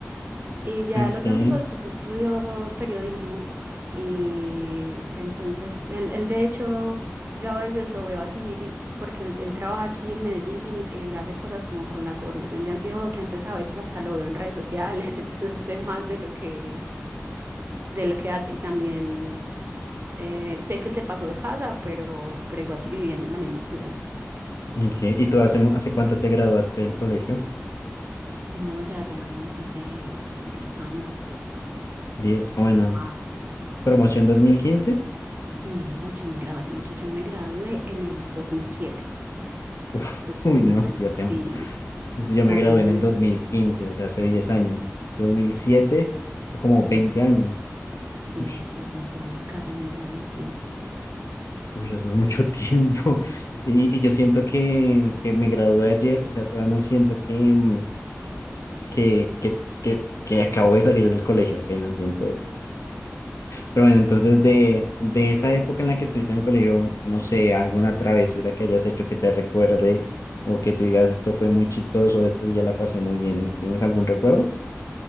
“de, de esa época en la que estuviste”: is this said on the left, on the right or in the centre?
Left